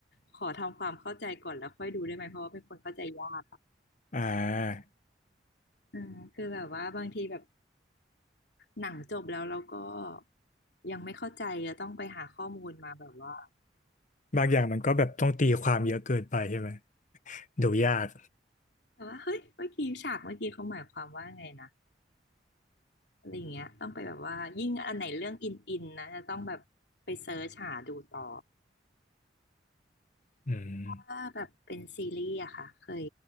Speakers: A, on the left; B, on the left.
A: ขอทำความเข้าใจก่อนแล้วค่อยดูได้ไหมเพราะว่าเป็นคนเข้าใจยากอะ
B: อ่า
A: อืมคือแบบว่าบางทีแบบหนังจบแล้วเราก็ยังไม่เข้าใจจะต้องไปหาข้อมูลมาแบบว่า
B: บางอย่างมันก็แบบต้องตีความเยอะเกินไปใช่ไหมดูยาก
A: แต่ว่าเฮ้ยเมื่อกี้ฉากเมื่อกี้เขาหมายความว่าไงนะอะไรอย่างเงี้ยต้องไปแบบว่ายิ่งอันไหนเรื่องอินอินนะจะต้องแบบไปเซิร์ชหาดูต่อ
B: อืม
A: ถ้าแบบเป็นซีรีส์อะค่ะเคย